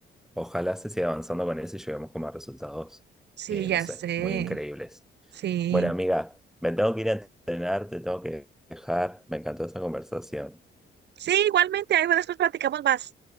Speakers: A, in the centre; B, on the right (about 65°).
A: Ojalá se siga avanzando con eso y lleguemos como a resultados,
B: Sí,
A: eh,
B: ya
A: no sé,
B: sé,
A: muy increíbles.
B: sí.
A: Bueno, amiga, me tengo que ir a entrenar, te tengo que dejar. Me encantó esta conversación.
B: Sí, igualmente, ahí después platicamos más.